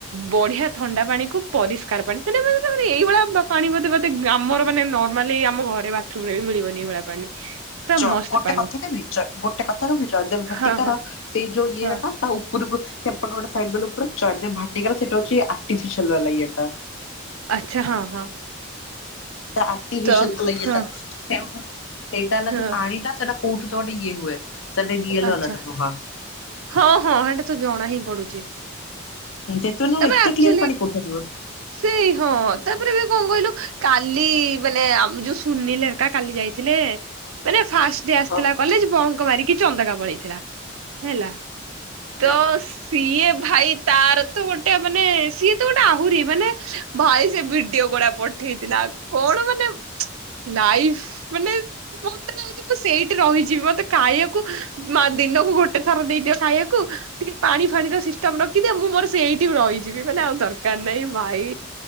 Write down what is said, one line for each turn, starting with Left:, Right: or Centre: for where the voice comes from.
Right: ବଢିଆ ଥଣ୍ଡା ପାଣିକୁୁ ପରିଷ୍କାର ପାଣିନେ ଏଇଭଳିଆ ପାଣି ବୋଧେ ବୋଧେ ଆମର ମାନେ ନର୍ମାଲି ଆମ ଘରେ ବାଥରୁମ ରେ ବି ମିଳିବନି ଏଭଳା ପାଣି। ପୁରା
Left: ଚ
Right: ମସ୍ତ
Left: ଗୋଟେ
Right: ପାଣି
Left: କଥା କିବି ଚ ଗୋଟେ କଥା କହିବି ଜୟଦେବ ଭଟିକାର
Right: ହଁ ହଁ
Left: ସେଇ ଯୋଉ ଇଏ
Right: ହଁ
Left: ର ନା ତା ଉପରକୁ ସେପଟ ଗୋଟେ ସାଇଟ ଗଲୁ ପୁରା ଜୟଦେବ ଭାଟିକା ର ସେଇଟା ହଉଛି ଆଟିଫିସିଆଲ୍ ବାଲା ଇଏଟା।
Right: ଆଚ୍ଛା ହଁ ହଁ।
Left: ସେ ଆର୍ଟିଫିସିଲ
Right: ତ
Left: ପ ଲ
Right: ହଁ
Left: ସେଠ ସେଇଟାଲା
Right: ହଁ
Left: ଯେଉ ପାଣି ଟା ସେଇଟା କଉଠୁ ତ ଗୋଟେ ଇଏ ହୁଏ। ସେଟା ରିଅଲ
Right: ଆଛା
Left: ବାଲାଟା ନୁହଁ
Right: ହଁ ହଁ ସେଟା ତୁ ଜଣା ହିଁ ପଡୁଛି।
Left: ଯେତେବେଳେ ନହେଲେ
Right: ତାପରେ
Left: ଏତେ
Right: ଆଚୁଲି
Left: କ୍ଲିୟର ପାଣି କୋଉଠୁ ଆସିବ
Right: ସେଇ ହଁ ତାପରେ ବି କଣ କହିଲୁ କାଲି ମାନେ ଆମ ଯୋଉ ସୁନୀଲି ରକା କାଲି ଯାଇଥିଲେ ମାନେ ଫାଷ୍ଟ ଆସିଥିଲା
Left: ହଁ
Right: କଲେଜ ବଙ୍କ ମାରିକି ଚନ୍ଦକା ପଳେଇଥିଲା ହେଲା।
Left: ହୁଁ।
Right: ତ ସିଏ ଭାଇ ତାର ତ ଗୋଟେ ମାନେ ସିଏ ଗୋଟେ ଆହୁରି ମାନେ ଭାଇ ସେ ଭିଡିଓ ଗୁଡା ପଠେଇଥିଲା କଣ ମାନେ ଚୁ ଲାଇଭ ମାନେ ମତେ ଲାଗୁଛି ମୁଁ ସେଇଠି ରହିଯିବି ମତେ ଖାଇବା ମା ଦିନକୁ ଗୋଟେ ଥର ଦେଇଦିଅ ଖାଇବାକୁ ଟିକେ ପାଣି ଫାଣିର ସିଷ୍ଟମ ରଖିଦିଅ ମୁଁ ମୋର ସେଇ ରହିଯିବି ମାନେ ଆଉ ଦରକାର ନାହିଁ ଭାଇ।